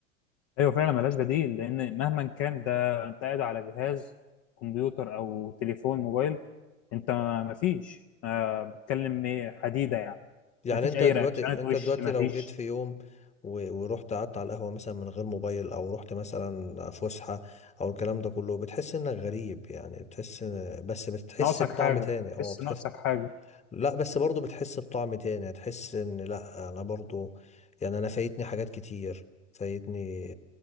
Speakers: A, on the left; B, on the left.
A: ايوه فعلا ملهاش بديل لان مهما كان ده انت قاعد على جهاز كمبيوتر او تليفون موبايل انت ما ما فيش آه بتكلم إيه، حديده يعني
B: يعني
A: ما فيش
B: انت
A: اي
B: دلوقتي
A: رياكشنات
B: انت
A: وش
B: دلوقتي
A: ما
B: لو
A: فيش
B: جيت في يوم و- ورحت قعدت على القهوة مثلا من غير موبايل او رحت مثلا فسحة او الكلام ده كله بتحس انك غريب يعني بتحس ان- بس بتحس
A: ناقصك
B: بطعم
A: حاجه
B: تاني اه
A: بس
B: بتحس
A: ناقصك حاجه
B: لا بس برضو بتحس بطعم تاني هتحس ان لا انا برضو يعني انا فايتني حاجات كتير فايتني